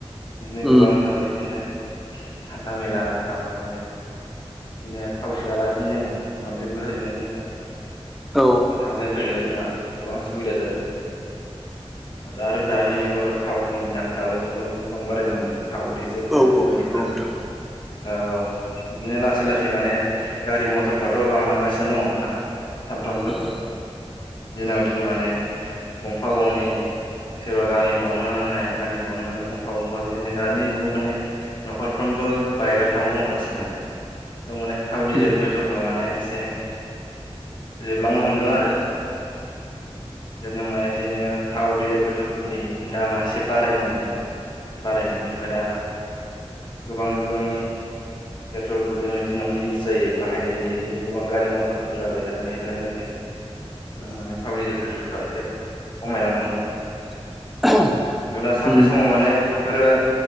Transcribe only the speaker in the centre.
उम
औ
औ औ
नंगौ नोंथां
उम
उम
<unintelligible>
उम